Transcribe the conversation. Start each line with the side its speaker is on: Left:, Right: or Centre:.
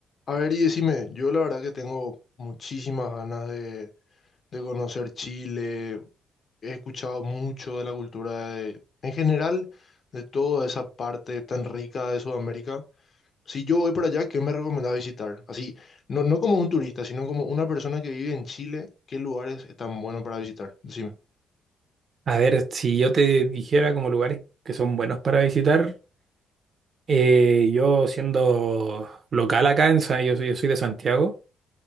Left: A ver, y decime, yo la verdad que tengo muchísimas ganas de, de conocer Chile, he escuchado mucho de la cultura de- en general, de toda esa parte tan rica de Sudamérica. Si yo voy para allá, ¿qué me recomendás visitar? Así, no, no como un turista, sino como una persona que vive en Chile, ¿qué lugares están buenos para visitar? Decime.
Right: A ver, si yo te dijera como lugares que son buenos para visitar, eh, yo siendo local acá, en, Sa- yo, soy- yo soy de Santiago,